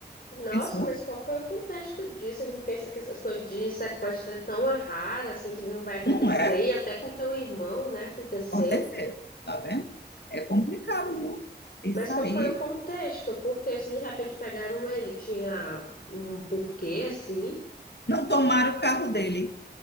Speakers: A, on the left (about 60°); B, on the left (about 75°).
A: Nossa,
B: Pensou,
A: mas qual foi o contexto disso? A gente pensa que essas coisas de sequestro é tão rara, assim, que não vai acontecer,
B: não é?
A: e até com teu irmão, né, aconteceu.
B: Aconteceu, tá vendo? É complicado, viu? Isso
A: Mas qual
B: aí.
A: foi o contexto? Porque se de repente pegaram ele, tinha um porquê, assim.
B: Não tomaram o carro dele.